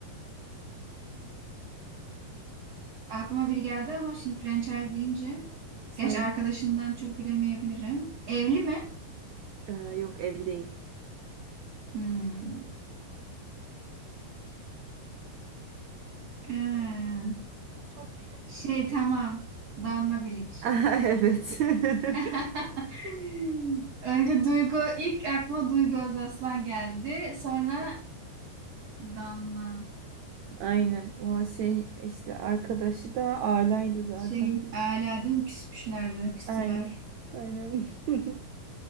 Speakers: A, on the right; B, on the right.
A: Aklıma biri geldi ama şimdi franchise deyince.
B: Söyle.
A: Gerçi arkadaşından çok bilemeyebilirim. Evli mi?
B: Ee, yok, evli değil.
A: Hmm. Ee,
B: <laughs> çok bilindik.
A: şey tamam. Danla Bilic.
B: Evet.
A: <laughs>
B: <laughs>
A: Önce Duygu, ilk aklıma Duygu Özaslan geldi. Sonra Danla.
B: Aynen. O şey işte arkadaşı da alaydı zaten.
A: Şey, ailedim küsmüşlerdi, küstüler.
B: Aynen. Aynen. <laughs>